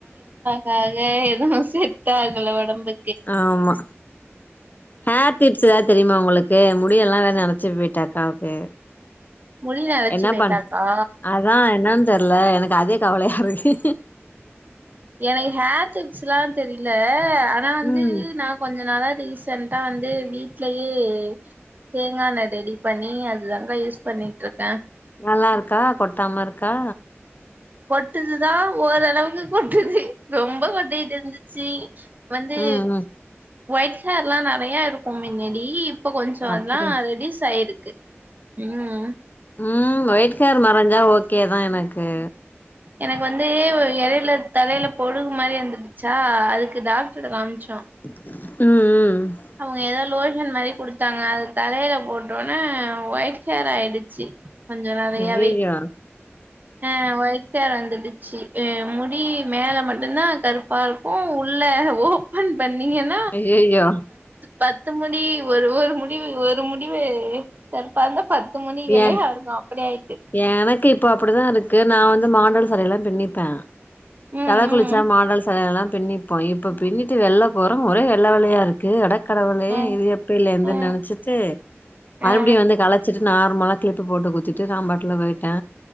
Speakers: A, on the right; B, on the left.
A: காக எதுவு செட் ஆகல உடம்பு
B: ஆமா ஹேர் டிப்ஸ் எதாது தெரியுமா உங்களுக்கு முடி எல்லா வேற நெறச்சி போய்ட்டு அக்காவுக்கு
A: முடி நெரச்சு
B: என்ன
A: போயிட்டாக்கா
B: பண் அதா என்னன் தெர்ல எனக்கு அதே கவலையா இருக்கு
A: எனக் ஹேர் டிப்ஸ்லா தெரில ஆனா வந்து
B: ம்.
A: நா கொஞ்ச நாளா ரீசென்டா வந்து வீட்லயே தேங்காண்ண டெடி பண்ணி அதுதாங்க யூஸ் பண்ணிட்ருக்க
B: நல்லா இருக்கா கொட்டாம இருக்கா
A: கொட்டுதுதா ஓரளவுக்கு கொட்டுது ரொம்ப கொட்டிட்டு இருந்துச்சி வந்து
B: ம், ம்.
A: ஒய்ட்ஹேர்ல்லா நெறைய இருக்கும் மின்னாடி இப்ப கொஞ்ச அதெல்லாம்
B: அப்டி
A: ரெடிஸ் ஆயிருக்கு உம்
B: உம் ஒய்ட் ஹேர் மறஞ்சா ஓகே தா எனக்கு
A: எனக்கு வந்து எடேல தலேல பொடுகு மாரி வந்துடுச் சா அதுக்கு டாக்டர்ட காம்ச்சோ
B: ம் ம்
A: அவங்க எதோ லோஷன் மாரி குடுத் தாங்க அது தலேல போட்டவோன்னே ஒயிட்ஹேர் ஆய்டுச்சி கொஞ்சோ நெறையவே
B: ஐயய்யோ!
A: ஆ ஒய்ட் ஒய்ட் ஹேர் வந்துடுச்சி எ முடி மேல மட்டும் தா கருப் பர்ப்பும் உள்ள ஓபன் பண்ணீங்கன்
B: அய்ஐய்யோ
A: பத்து முடி ஒரு ஒரு முடிவு ஒரு முடிவு கருப்பாந்தா பத்து முடிகளையு
B: ஏன்?
A: அதுக்கு அப்டி ஆய்ட்டு
B: எனக்கு இப்ப அப்டிதா இருக் கு நா வந்து மாடல் சடயெல்லா பிண்ணிப்ப
A: ம்
B: தல
A: ம்
B: குளிச்சா மாடல் சடையெல்லா பிண்ணிப்போ இப்ப பிண்ணிட்டு வெள்ல போறோ ஒரே வெள்ள வெள்ளயா இருக்கு ஏ அட கடவுளே
A: ஆ
B: இது எப்பயில்லந்துன்
A: ஆ
B: நெனச்சிட்டு மறுபடியும்
A: ஆ
B: வந்து கலச் நார்மலா கிளிப்பு போட்டு குத்திட்டு நா பாட்டல போயிட்டே